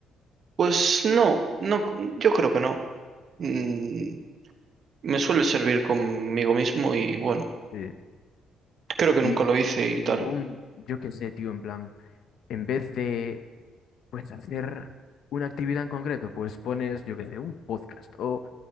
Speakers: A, on the right; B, on the left.
A: pues no, no, yo creo que no. Mm, me suele servir conmigo mismo y bueno,
B: Sí.
A: creo que
B: Y,
A: nunca lo
B: y-
A: hice
B: y
A: y tal.
B: ningún, yo qué sé, tío, en plan, en vez de Pues hacer una actividad en concreto, pues pones, yo qué sé, un podcast o